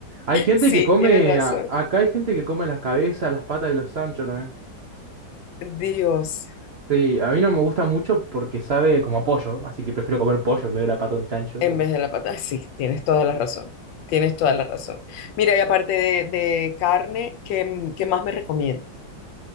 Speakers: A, on the right; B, on the left.
A: Hay gente
B: sí,
A: que come,
B: tienes razón.
A: a- acá hay gente que come las cabezas, las patas de los Sancho también.
B: Dios,
A: Sí, a mí no me gusta mucho porque sabe como a pollo, así que prefiero comer pollo en vez de la pata de un chancho,
B: en
A: pero...
B: vez de la pata, sí, tienes toda la razón. Tienes toda la razón. Mira, y aparte de, de carne, ¿qué, qué más me recomiendas?